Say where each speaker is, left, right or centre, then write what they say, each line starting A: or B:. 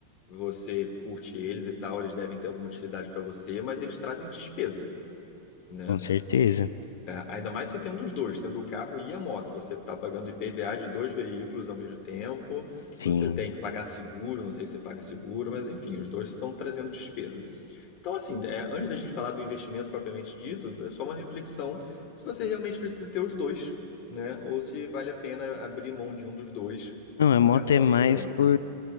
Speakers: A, on the left; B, on the left.
A: você curte eles e tal, eles devem ter alguma utilidade para você, mas eles trazem despesa, né?
B: Com certeza.
A: Ainda mais se tendo os dois, tendo o carro e a moto. Você está pagando IPVA de dois veículos ao mesmo tempo,
B: Sim.
A: você tem que pagar seguro, não sei se você paga seguro, mas enfim, os dois estão trazendo despesa. Então, assim, é, antes da gente falar do investimento propriamente dito, é só uma reflexão se você realmente precisa ter os dois, né? Ou se vale a pena abrir mão de um dos dois
B: Não,
A: e
B: a
A: ficar
B: moto
A: só
B: é mais
A: com o outro.
B: por,